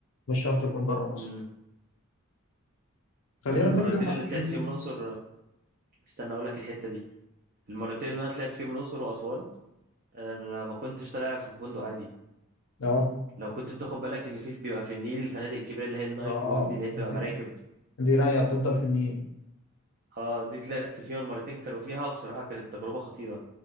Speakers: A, on the left; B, on the right.
A: مش شرط يكون بره مصر
B: مم.
A: خلينا
B: انا المرتين
A: نرجع
B: اللي طلعت
A: مم.
B: فيهم الاقصر استنى اقول لك الحته دي المرتين اللي انا طلعت فيهم الاقصر واسوان آه ما كنتش طالع في فندق عادي
A: اه
B: لو كنت بتاخد بالك ان في بيبقى في النيل الفنادق الكبيره اللي هي النايل
A: اه
B: كروز دي اللي هي بتبقى
A: دي,
B: مراكب
A: دي رايقة بتفضل في النيل
B: اه دي طلعت فيها المرتين كانوا فيها وبصراحة كانت تجربة خطيرة